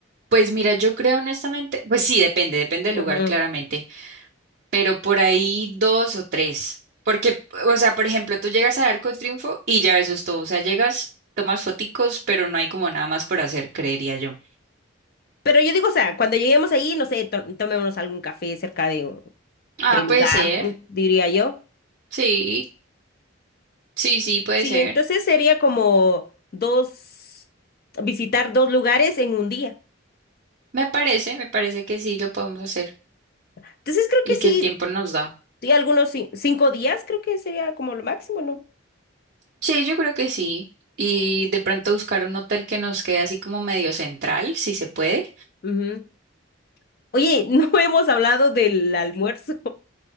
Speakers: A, on the right; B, on the left.
A: Pues mira, yo creo honestamente, pues sí, depende, depende del
B: Ujú.
A: lugar claramente, pero por ahí dos o tres, porque, o sea, por ejemplo, tú llegas al Arco de Triunfo y ya eso es todo, o sea, llegas, tomas foticos, pero no hay como nada más por hacer, creería yo.
B: Pero yo digo, o sea, cuando lleguemos ahí, no sé, to- tomémonos algún café cerca de...
A: Ah,
B: del lugar,
A: puede ser,
B: mm, diría yo.
A: sí, sí, sí, puede
B: Sí,
A: ser.
B: entonces sería como dos, visitar dos lugares en un día.
A: Me parece, me parece que sí lo podemos hacer
B: Entonces creo
A: y
B: que sí,
A: que el tiempo nos da.
B: sí, algunos cin- cinco días creo que sería como lo máximo, ¿no?
A: Sí, yo creo que sí. Y de pronto buscar un hotel que nos quede así como medio central, si se puede.
B: Ujú. Oye, <laughs> no hemos hablado del almuerzo,